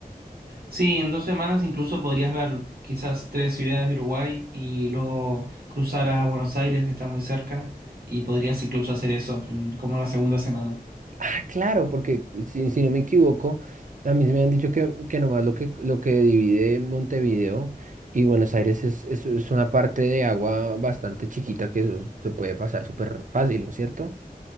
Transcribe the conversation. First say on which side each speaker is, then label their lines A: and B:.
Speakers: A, on the right; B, on the right.
A: Sí, en dos semanas incluso podrías ver quizás tres ciudades de Uruguay y luego cruzar a Buenos Aires, que está muy cerca, y podrías incluso hacer eso en- como la segunda semana.
B: Ah, claro, porque si, si no me equivoco, a mí me han dicho que, que nomás lo que, lo que divide Montevideo y Buenos Aires es, es, es una parte de agua bastante chiquita que eso se puede pasar súper fácil, ¿no es cierto?